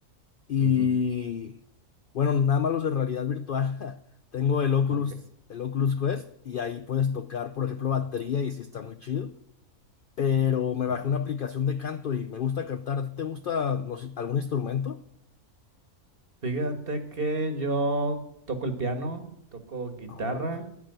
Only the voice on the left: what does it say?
y
bueno, nada más los de realidad virtual. <laughs> Tengo el Oculus,
el Oculus Quest y ahí puedes tocar, por ejemplo, batería y sí está muy chido, pero me
bajé una aplicación de canto y me gusta cantar. ¿A ti te gusta no sé, algún instrumento?
Ahora,